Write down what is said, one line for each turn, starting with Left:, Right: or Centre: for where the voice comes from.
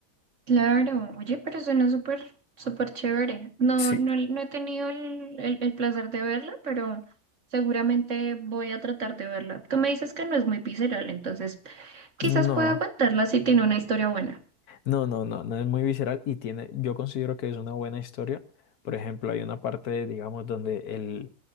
Right: Claro, oye, pero suena súper, súper chévere. No,
Left: Sí.
Right: no, no he tenido el, el- el placer de verla, pero seguramente voy a tratar de verla. Tú me dices que no es muy visceral, entonces quizás
Left: No,
Right: pueda aguantarla si tiene una historia buena.
Left: no, no, no, no es muy visceral y tiene, yo considero que es una buena historia. Por ejemplo, hay una parte, digamos, donde el,